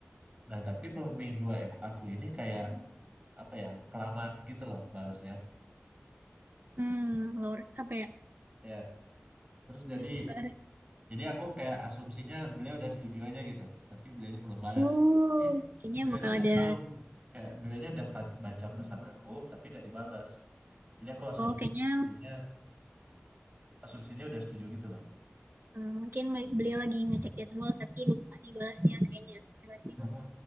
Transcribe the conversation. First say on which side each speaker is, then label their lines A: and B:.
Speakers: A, on the right (about 30°); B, on the right (about 55°).
A: nah tapi pembimbing dua aku aku ini kayak apa ya kelamaan gitu loh balasnya.
B: hmm, lower apa ya?
A: Ya terus jadi
B: Res- res-
A: jadi aku kayak asumsinya beliau udah setuju aja gitu, tapi beliaunya belum balas.
B: Uh,
A: Tapi dia
B: kayaknya
A: Beliau
B: bakal
A: udah
B: ada.
A: tahu kayak beliau udah pa- baca pesan aku tapi gak dibalas. Jadi aku asum-
B: Oh, kayaknya
A: asumsinya asumsinya udah setuju gitu loh.
B: hmm, mungkin beliau lagi ngecek jadwal tapi lupa dibalasnya kayaknya, ya nggak sih?
A: Heeh.